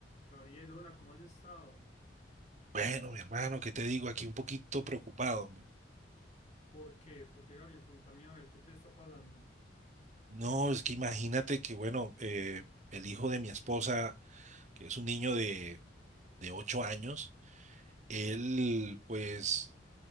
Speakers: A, on the left; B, on the right.
A: Gabriel, hola, ¿cómo has estado?
B: Bueno, mi hermano, ¿qué te digo? Aquí un poquito preocupado. hombre.
A: ¿Por qué? ¿Por qué, Gabriel? Contame a ver qué te está pasando.
B: No, es que imagínate que, bueno, eh, el hijo de mi esposa, que es un niño de, de ocho años, él pues